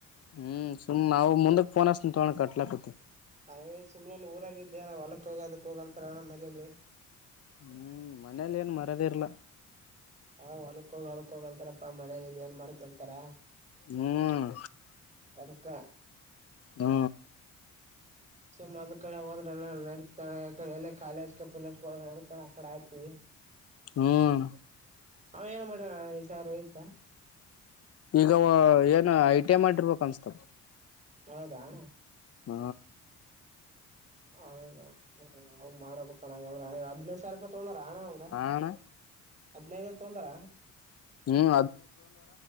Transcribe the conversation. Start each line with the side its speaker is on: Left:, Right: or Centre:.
Left: ಹ್ಮ್ ಸುಮ್ ನಾವು ಮುಂದಕ್ಫೋನ್ ಅಸ್ತ ತೊಳ ಕಟ್ಲಾಕತಿ
Right: ಹಾಗೇ ಸುಮ್ಮ್ನೆಲಿ ಊರಾಗಿದ್ದೆನ ಹೊಲಕ್ಕ ಹೋಗ ಅದಕ್ ಹೋಗಂತಾರಣ ಮನಲಿ
Left: ಹ್ಮ್ ಮನೇಲಿ ಏನ್ ಮರದ ಇರ್ಲ್ಲ
Right: ಹ ಹೊಲಕ್ ಹೋಗ ಹೊಲಕ್ ಹೋಗಂತಾರಪ್ಪಾ ಮನ್ಾಗ ಏನ್ ಮಾಡ್ತಿ ಅಂತಾರ
Left: ಹ್ಮ್
Right: ಅಕ್ಕ
Left: ಹ್ಮ
Right: ಸುಮ್ಮ್ದ್ ಕಡೆ ಹೋದ್ರೆ ನಡತಾನೆಡೆ ಎ ಕಾಲೇಜ್ ಪಟ್ ಹೋದ್ರ ನಡತಾನೆ ಆ ಕಡೆ ಆಯ್ತೀವಿ
Left: ಹ್ಮ್
Right: ಅವ ಏನ್ ಮಾಡಣ ಈ ಸಾರ ಹೋಯ್ತಾ
Left: ಈಗ ಏನು ಐ ಟಿ ಐ ಮಾಡಿರ್ಬೇಕ ಅನ್ಸ್ತವ
Right: ಹೌದಣ
Left: ಹ್ಮ
Right: ಹೌದ ಅವ್ ಮಾಡಬೇಕ ಕಣ ಹದ್ನೇ ಸರತ್ ಪ್ರಾಣ ಹಂಗ
Left: ಹಾ ಅಣ್ಣ
Right: ಹದ್ಿನೈದು ಹ ತೊಂತಾರ
Left: ಹ್ಮ್